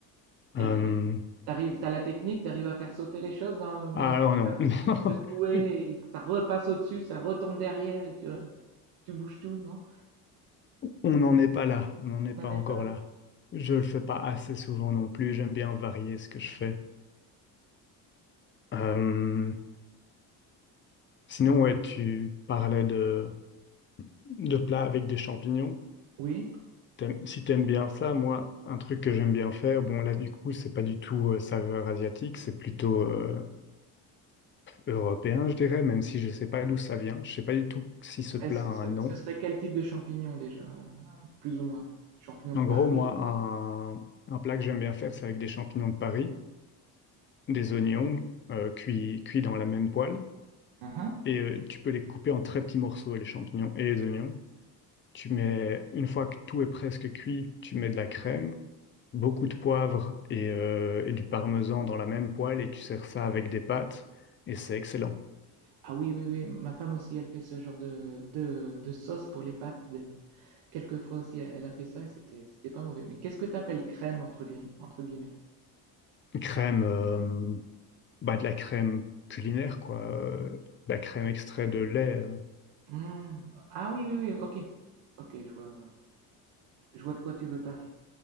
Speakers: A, on the right; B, on the left.
A: Et
B: Euh,
A: t'arrives, t'arrives, t'as la technique, t'arrives à faire sauter les choses dans, dans
B: ah
A: le wok,
B: non, non.
A: à, à
B: <laughs>
A: le secouer, et que ça repasse au-dessus, ça retombe derrière, et tu, tu bouges tout, non?
B: On n'en est pas là. On n'en est pas
A: On n'en
B: encore
A: est pas là, non
B: là. Je le fais pas assez souvent non plus. J'aime bien varier ce que je fais. Euh, Sinon, ouais, tu parlais de, de plats avec des champignons.
A: Oui.
B: T'aimes- si t'aimes bien ça, moi, un truc que j'aime bien faire, bon, là, du coup, c'est pas du tout euh, saveur asiatique, c'est plutôt euh, européen, je dirais, même si je sais pas d'où ça vient. Je sais pas du tout si ce plat
A: Mais ce,
B: a un
A: ce-
B: nom.
A: ce serait quel type de champignons déjà? euh, Plus ou moins. Champignons de
B: En
A: Paris?
B: gros, moi, un, un plat que j'aime bien faire, c'est avec des champignons de Paris, des oignons euh, cuits, cuits dans la même poêle.
A: hmm, uhum,
B: Et euh, tu peux les couper en très petits morceaux, les champignons et les oignons. Tu mets, une fois que tout est presque cuit, tu mets de la crème, beaucoup de poivre et, euh, et du parmesan dans la même poêle et tu sers ça
A: ouais.
B: avec des pâtes et c'est excellent.
A: Ah oui, oui, oui, ma femme aussi, elle fait ce genre de, de, de sauce pour les pâtes. de- Quelquefois aussi, elle, elle a fait ça et c'était, c'était pas mauvais. Mais qu'est-ce que t'appelles crème entre, gui- entre guillemets?
B: Crème, euh, bah de la crème culinaire quoi, euh, de la crème extrait de lait. euh.
A: Hmm, Ah oui, oui, oui, ok. Ok, je vois, je vois de quoi tu veux parler.